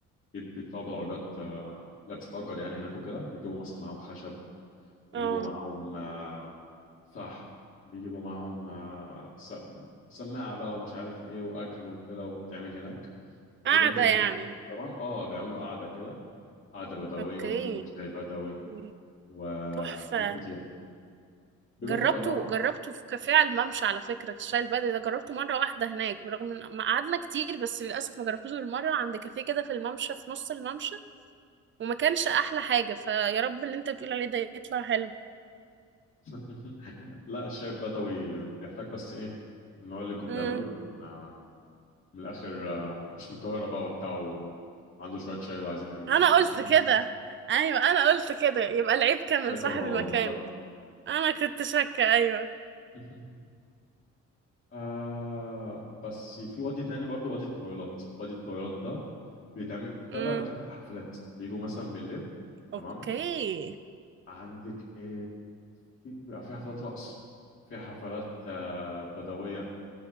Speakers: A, on the left; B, on the right.
A: بيب- بيطلعوا بالعربيات آه، اللي بتتأجر يعني هناك وكده بيجيبوا مثلا معاهم خشب يجيبوا
B: اه
A: معاهم آه، فحم بيجيبوا معاهم آه، س- سماعة بقى ومش عارف ايه وأكل وكده وتعمل هناك بيروحوا
B: قاعدة يعني
A: يتفقوا هناك طبعا اه بيعملوا قعدة كده قعدة بدوية
B: اوكي
A: وبيجيبوا شاي بدوي
B: م-
A: وحاجات
B: تحفة
A: كتير بيروحوا
B: جربته
A: يولعوا
B: جربته في كافيه على الممشى على فكرة الشاي البدري ده جربته مرة واحدة هناك برغم ان ما قعدنا كتير بس للأسف ما جربتوش غير مرة عند كافيه كده في الممشى في نص الممشى وما كانش أحلى حاجة فيا رب اللي انت بتقول عليه ده يطلع حلو
A: <laughs> لا الشاي البدوي بيحتاج بس ايه ان هو اللي كنا
B: مم.
A: بيعمله كنا من الاخر آه، مش من القاهره بقى وبتاع وعنده شويه شاي وعايزين يعملوه
B: أنا
A: وبتاع
B: قلت
A: <laughs>
B: كده أيوة أنا قلت كده يبقى العيب كان من
A: شاي
B: صاحب
A: كهراوي
B: المكان
A: مش بس
B: أنا كنت شاكة أيوة
A: <laughs> آه بس في وادي تاني برضو وادي الطويلات وادي الطويلات ده بيتعمل ده
B: مم.
A: بقى بيتعمل في حفلات بيجوا مثلا بالليل
B: اوكي
A: تمام عندك ايه بيبقى في حفلات رقص في حفلات آه بدوية